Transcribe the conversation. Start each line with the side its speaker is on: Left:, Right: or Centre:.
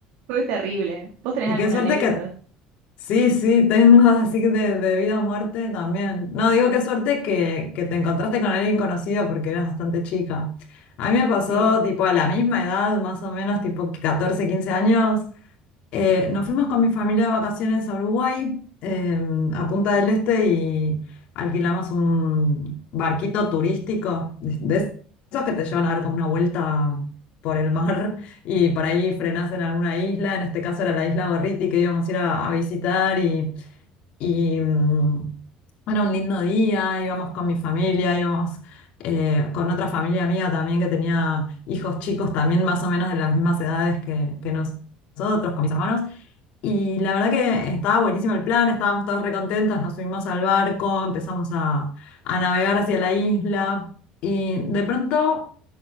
Right: fue terrible. ¿Vos tenés
Left: Y
Right: alguna
Left: qué suerte
Right: anécdota?
Left: que... Sí, sí, tengo <laughs> así de, de vida o muerte también. No, digo qué suerte que, que te encontraste con alguien conocido porque eras bastante chica. A mí me pasó
Right: Sí.
Left: tipo a la misma edad, más o menos, tipo 14 15 años. Eh, nos fuimos con mi familia de vacaciones a Uruguay, eh, a Punta del Este, y alquilamos un barquito turístico, de de esos que te llevan a dar como una vuelta por el mar y por ahí frenás
Right: Mm.
Left: en alguna isla, en este caso era la isla Gorriti que íbamos a ir a, a visitar y, y, mm, era un lindo día, íbamos con mi familia, íbamos eh, con otra familia mía también que tenía hijos chicos también más o menos de las mismas edades que, que nosotros, con mis hermanos. Y la verdad que estaba buenísimo el plan, estábamos todos recontentos, nos subimos al barco, empezamos a, a navegar hacia la isla y de pronto